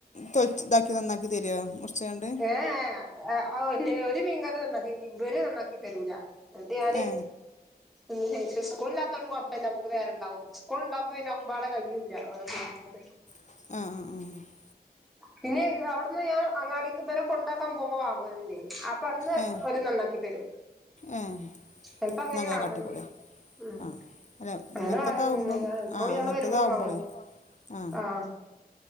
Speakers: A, on the left; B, in the centre.
A: തൊലിച്ച് ഇതാക്കി നന്നാക്കി തരോ മുറിച്ങ്ങാണ്ട്
B: ഏ ഏ ആ ഒരു മീൻകാരു നന്നാക്കി ഇവര് നന്നാക്കി തരൂല ന്നിട്ട് ഞാന്.
A: ഏ
B: ഇല്ല്യേ സ്കൂള് ഇല്ലാത്ത കൊണ്ട് കുഴപ്പമില്ല നമുക്ക് നേരണ്ടാവും സ്കൂള് ഉണ്ടാകുമ്പോ പിന്നെ ഒപാടെ കഴിയൂല്ല ഓരോ അതെ
A: ആഹ്‌ ആഹ്‌ ആഹ്‌
B: പിന്നെ അവിടുന്ന് ഞാൻ അങ്ങാടക്ക് ബരെ കൊണ്ടാക്കാൻ പോകുമ്പോ വാങ്ങല്ന്റെ അപ്പൊ അവിടുന്ന്
A: ആ ഏ
B: ഒരു നന്നാക്കി തരു
A: ഏ
B: ചൽപ്പോ അങ്ങനെ
A: എന്നാ
B: വാങ്ങണ്ടെ
A: കാട്ടിക്കോളി
B: ഉം.
A: ആ അല്ല
B: അങ്ങനെ
A: ഇങ്ങനത്തൊക്കെ
B: വാങ്ങ
A: ആകുമ്പം ആ
B: പോ ഇയാള്
A: അങ്ങനത്തതാകുമ്പോളേ
B: വരുമ്പോളു വാങ്ങും
A: ആ
B: ആഹ